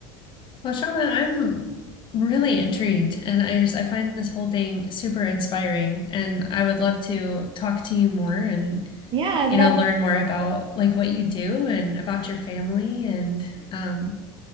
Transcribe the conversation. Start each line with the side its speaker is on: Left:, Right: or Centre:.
Left: Well, Shauna, I'm really intrigued, and I just I find this whole thing super inspiring, and I would love to talk to you more and
Right: Yeah, I
Left: you
Right: love
Left: know learn more about like what you do and about your family and um